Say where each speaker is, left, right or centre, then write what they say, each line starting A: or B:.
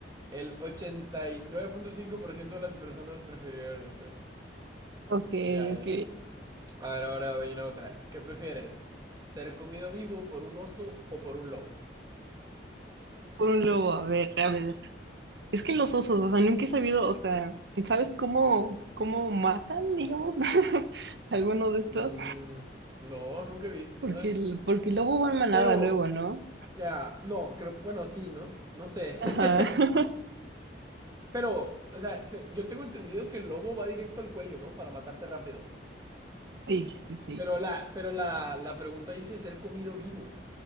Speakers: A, on the right; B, on the right.
A: el 89.5% de las personas prefirieron eso.
B: Ok,
A: Ya,
B: ok.
A: ya. A ver, ahora voy a otra. ¿Qué prefieres? ¿Ser comido vivo por un oso o por un lobo?
B: Por un lobo, a ver, a ver. Es que los osos, o sea, nunca he sabido, o sea, ¿sabes cómo, cómo matan, digamos, <laughs> alguno de estos?
A: Mm, no, nunca he visto,
B: Porque
A: ¿sabes?
B: el, porque el lobo va en manada
A: Pero,
B: luego, ¿no?
A: ya, no, creo, bueno, sí, ¿no? No sé.
B: Ajá.
A: <laughs>
B: <laughs>
A: Pero, o sea, se- yo tengo entendido que el lobo va directo al cuello, ¿no? Para matarte rápido.
B: Sí, sí, sí.
A: Pero la, pero la, la pregunta dice ser comido vivo.